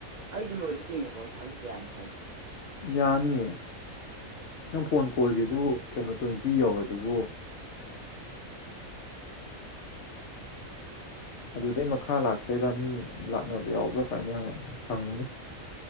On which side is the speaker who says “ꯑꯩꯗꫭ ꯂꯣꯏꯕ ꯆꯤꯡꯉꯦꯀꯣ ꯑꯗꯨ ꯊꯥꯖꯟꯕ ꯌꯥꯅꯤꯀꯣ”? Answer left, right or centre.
Right